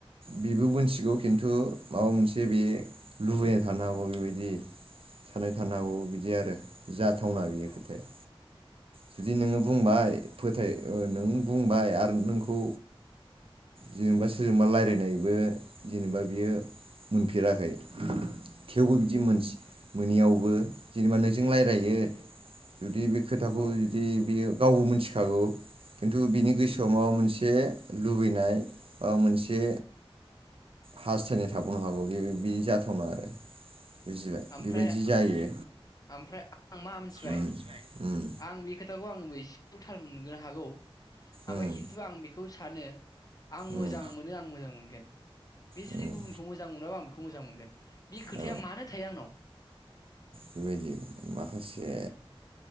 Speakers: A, on the right; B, on the left.
A: बिबो मोनथिगौ खिन्थु माबा मोनसे बे लुबैनाय थानो हागौ बेबायदि साननाय थानो हागौ बिदि आरो जा जाथावना बेयो
B: औ
A: खोथाया जुदि नोङो बुंबाय फोथाय ओ नों बुंबाय आरो नोंखौ जेनेबा सोरजोंबा लायरायनायबो जेनेबा बियो मोनफेराखै थेवबो बिदि मोनसि मोनैयावबो जेनेबा नोंजों
B: उम
A: लायरायो जुदि बे खो
B: औ
A: जुदि बियो गावबो मोन्थिखागौ। खिन्थु बिनि गोसोआव
B: उम
A: माबा मोनसे लुबैनाय माबा मोनसे हास्थायनाय थाबावनो हागौ बे बि जाथावना आरो। बुजिबाय
B: आमफ्राय
A: बेबायदि जायो
B: आमफ्राय आं मा मिथिबाय
A: उम उम
B: आं बे खोथा थाखौ आंबो एसे थाल मोननो हागौ। आमफाय
A: उम
B: खिन्थु आं बिखौ सानो आं मोजां
A: उम
B: मोनो आं मोजां मोनगोन। बे जुदि
A: उम
B: गुबुनखौ मोजां मोनब्ला आं बेखौ मोजां मोनगोन। बि खोथाया
A: औ
B: मानो थायो आंनाव
A: बेबायदि माखासे
B: उम